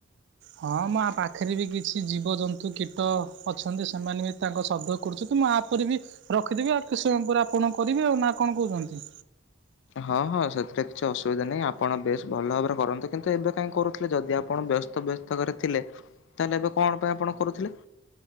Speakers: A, on the right; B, on the left.
A: ହଁ ମ ପାଖରେ ବି କିଛି ଜୀବଜନ୍ତୁ, କୀଟ ଅଛନ୍ତି। ସେମାନେ ବି ତାଙ୍କ ଶବ୍ଦ କରୁଛନ୍ତିୁ। ମୁଁ ଆ ପରେ ବି ରଖିଦେବି। ଆଉ କି ସମୟ ପରେ ଆପଣ କରି ବେ ଆଉ, ନା କଣ କହୁଛନ୍ତି?
B: ହଁ ହଁ। ସେଥିରେ କିଛି ଅସୁବିଧା ନାହିଁ। ଆପଣ ବେଶ ଭଲ ଭାବରେ କରନ୍ତୁ। କିନ୍ତୁ ଏବେ କାଇହିଁ କରୁଥିଲେ, ଯଦି ଆପଣ ବ୍ୟସ୍ତ ବ୍ୟସ୍ତ କରେ ଥିଲେ। ତାହେଲେ ଏବେ କଣ, ପାଇଁ ଆପଣ କରୁଥିଲେ?